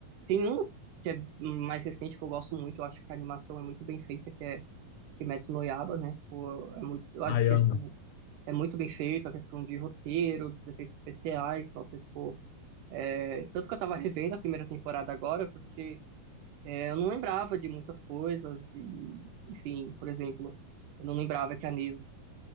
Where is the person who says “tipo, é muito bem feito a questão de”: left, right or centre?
Right